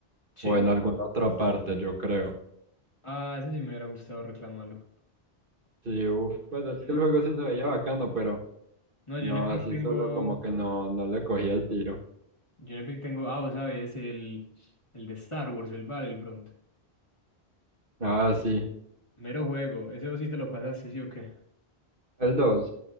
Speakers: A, on the left; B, on the right.
A: Sí,
B: o en alguna otra parte, yo creo.
A: Ah, ese sí me hubiera gustado reclamarlo.
B: Sí, uf, pues es
A: No,
B: que el juego sí se veía bacano, pero
A: no,
B: no,
A: yo en Epic
B: así
A: tengo.
B: solo como que no, no le cogía el tiro.
A: Yo en Epic tengo. Ah, vos sabes, el, el de Star Wars, el Battlefront.
B: Ah, sí,
A: Mero juego. Ese vos sí te lo pasaste, ¿sí o qué?
B: el dos